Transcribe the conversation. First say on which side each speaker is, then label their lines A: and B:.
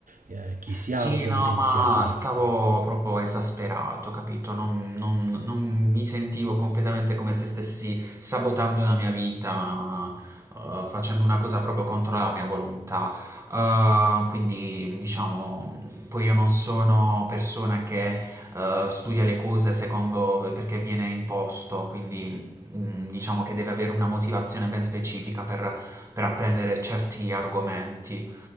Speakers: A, on the right; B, on the right.
A: eh, chi siamo,
B: Sì,
A: come
B: no,
A: pensiamo.
B: ma stavo proprio esasperato, capito? Non, non- non mi sentivo completamente come se stessi sabotando la mia vita, eh, facendo una cosa proprio contro la mia volontà. Eh, quindi, diciamo, poi io non sono persona che eh, studia le cose secondo perché viene imposto, quindi mh, diciamo che deve avere una motivazione ben specifica per, per apprendere certi argomenti.